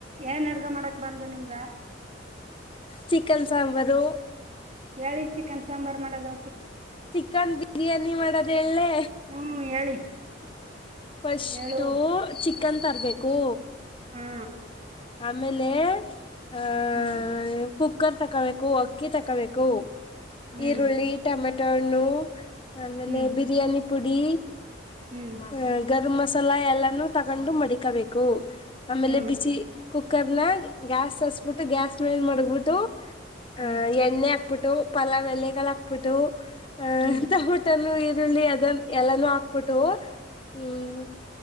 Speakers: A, on the right (about 35°); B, on the left (about 25°).
A: ಏನ್ ಅಡ್ಗ ಮಾಡಕ್ ಬಂದು ನಿಮ್ಗ
B: ಚಿಕನ್ ಸಾಂಬಾರು
A: ಹೇಳಿ ಚಿಕನ್ ಸಾಂಬಾರ ಮಾಡೋದು
B: ಚಿಕನ್ ಬಿರಿಯಾನಿ ಮಾಡೋದ ಹೇಳಲೆ
A: ಹ್ಮ್ <inaudible>
B: ಫಸ್ಟು
A: ಹೇಳು
B: ಚಿಕನ್ ತರ್ಬೇಕು
A: ಹಾ
B: ಆಮೇಲೆ ಹ
A: ಹ್ಮ್
B: ಕುಕ್ಕರ್ ತಕೋಬೇಕು ಅಕ್ಕಿ ತಕೋಬೇಕು
A: ಹ್ಮ್
B: ಈರುಳ್ಳಿ ಟಮೆಟೊಣು ಆಮೇಲೆ
A: ಹ್ಮ್
B: ಬಿರಿಯಾನಿ ಪುಡಿ
A: ಹ್ಮ್
B: ಹ ಗರಂ ಮಸಾಲ ಎಲ್ಲಾನೂ ತಗೊಂಡು ಮಡಿಕಬೇಕು ಆಮೇಲೆ
A: ಹ್ಮ್
B: ಬಿಸಿ ಕುಕ್ಕರ್ನ ಗ್ಯಾಸ್ ಸಸ್ಬಿಟ್ಟು ಗ್ಯಾಸ್ ಮೇಲ್ ಮಡಗಬಿಟ್ಟು
A: ಹ್ಮ್
B: ಆಹ ಎಣ್ಣೆ ಹಾಕ್ಬಿಟ್ಟು ಪಲಾವ ಎಲೆಗಳ ಹಾಕ್ಬಿಟ್ಟು ಅಹ್
A: ಹ್ಮ್
B: ಟಮಟನು ಈರುಳ್ಳಿ ಅದನ್ ಎಲ್ಲಾನೂ ಹಾಕ್ಬಟ್ಟು ಹ್ಮ್